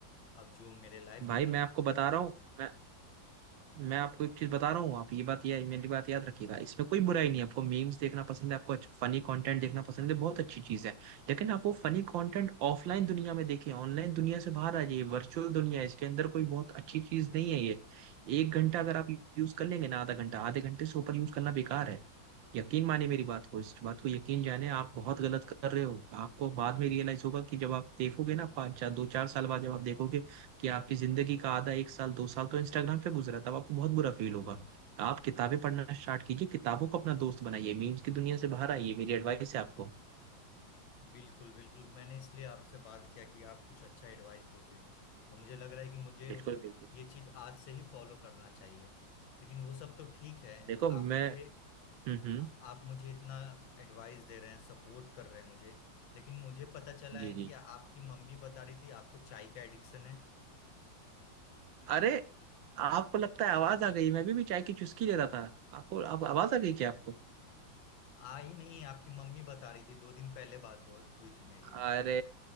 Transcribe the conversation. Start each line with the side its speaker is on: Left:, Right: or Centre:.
Left: अब जो मेरे लाइफ
Right: भाई
Left: को बर्बाद
Right: मैं आपको बता
Left: कर रहा
Right: रहा
Left: है
Right: हूँ मैं आपको एक चीज बता रहा हूँ आप ये बात या मेरी बात याद रखिएगा इसमें कोई बुराई नहीं है आपको मीम्स देखना पसंद है आपको अच्छा फनी कंटेंट देखना पसंद है बहुत अच्छी चीज है लेकिन आप वो फनी कंटेंट ऑफलाइन दुनिया में देखिए ऑनलाइन दुनिया से बाहर आ जाइए वर्चुअल दुनिया है इसके अंदर कोई बहुत अच्छी चीज नहीं है ये एक घंटा अगर आप यूज कर लेंगे ना आधा घंटा आधे घंटे से ऊपर यूज करना बेकार है यकीन मानिए मेरी बात को इस बात को यकीन जाने आप बहुत गलत कर रहे हो आपको बाद में रियलाइज होगा कि जब आप देखोगे ना पाँच चार दो चार साल बाद जब आप देखोगे कि आपकी जिंदगी का आधा एक साल दो साल तो इंस्टाग्राम पे गुजरा था अब आपको बहुत बुरा फील होगा आप किताबें पढ़ना स्टार्ट कीजिए किताबों को अपना दोस्त बनाइए मीम्स की दुनिया से बाहर आइए मेरी एडवाइस है आपको
Left: बिल्कुल बिल्कुल मैंने इसलिए आपसे बात किया कि आप कुछ अच्छा एडवाइस दोगे और मुझे लग रहा है कि मुझे
Right: बिल्कुल बिल्कुल
Left: ये चीज आज से ही फॉलो करना चाहिए लेकिन वो सब तो ठीक है
Right: देखो मैं
Left: आप मुझे
Right: हम्म हम्म,
Left: आप मुझे इतना एडवाइस दे रहे हैं सपोर्ट कर रहे हैं मुझे लेकिन मुझे पता चला
Right: जी
Left: है
Right: जी
Left: कि आपकी मम्मी बता रही थी आपको चाय का एडिक्शन है
Right: अरे आपको लगता है आवाज आ गई मैं भी, भी चाय की चुस्की ले रहा था आपको आप आवाज आ गई क्या आपको
Left: आ ही नहीं है आपकी मम्मी बता रही थी दो दिन पहले बात हुई हुई थी मेरी
Right: अरे